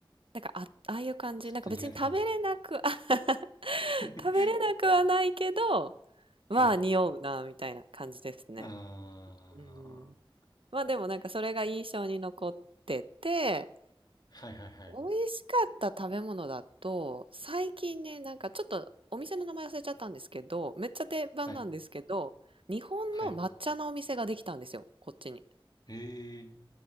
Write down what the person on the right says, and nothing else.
なんか、あ、ああいう感じ、
なんか別に食べれなく、<laughs>
食べれなくはないけど、まあ匂うなみたいな感じですね。
うん。まあでもなんかそれが印象に残ってて、
美味しかった食べ物だと、最近ね、なんかちょっとお店の名前忘れちゃったんですけど、めっちゃ定番なんですけど、
日本の抹茶のお店ができたんですよ、
こっちに。